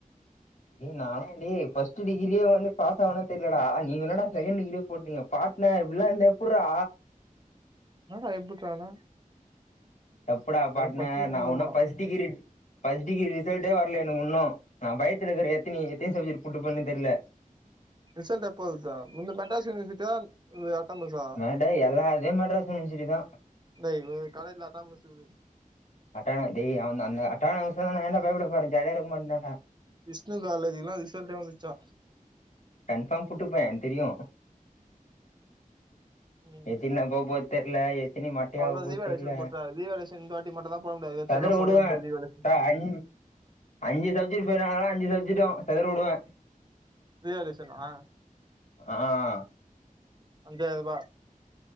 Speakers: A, on the left; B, on the right.
A: ஏய் நானாலா டேய் ஃபஸ்ட் டிகிரியே வந்து பாஸ் ஆவனா தெரிலடா நீ என்னடா செகண்ட் டிகிரியே போட்டீங்க பாட்னர் இப்டிலா இருந்தா எப்புட்றா
B: என்னடா எப்புட்றானா
A: தப்புடா பாட்னர்
B: பச்சிக்கினே
A: நா
B: வேணுமா
A: ஒன்னு ஃபஸ்ட் டிகிரி ஃபர்ஸ்ட் டிகிரி ரிசல்ட்டே வர்ல எனக்குன்னு நா பயத்துல இருக்கிற எத்தினி எத்தினி சப்ஜெக்ட் புட்டுக்குனு தெர்ல
B: ரிசல்ட் எப்போ வருதுடா உன்னுது மெட்ராஸ் யுனிவர்சிட்டியா இது அட்டா மஸா
A: அட எல்லாத்தயு மெட்ராஸ் யுனிவர்சிட்டி தா
B: இல்ல இவங்க காலேஜ்ல அட்டானமஸ் இருக்கு
A: அட்டான டேய் அவ அந்த அட்டானமஸ்னா நா ஏன்டா பயப்படப்போறே ஜாலியா இருக்கமாட்டனாடா
B: விஷ்ணு காலேஜ்க்குலா ரிசல்ட்டே வந்துர்ச்சா
A: கன்ஃபார்ம் புட்டுப்பே எனக் தெரியு
B: ம்
A: எத்தினி அபோ போ தெர்ல எத்தினி மட்டையாவ
B: அவ்ளோ
A: போ
B: ரீவேல்யூவேஷன்
A: தெர்ல
B: போட்டா <unintelligible> இந்த வாட்டி மட்டும்தா போட முடியாது ட்ரெஸ்ஸுல்லா
A: செதற வுடுவே
B: போடயே முடியாது தீவாளி ட்ரெஸ்ஸுன்னு
A: டா அஞ் அஞ்சு சப்ஜக்ட் ஃவெய்ல் ஆனாலு, அஞ்சு சப்ஜக்ட்டு செதற விடுவே
B: <unintelligible>
A: ஆ
B: அஞ்சாயிருபா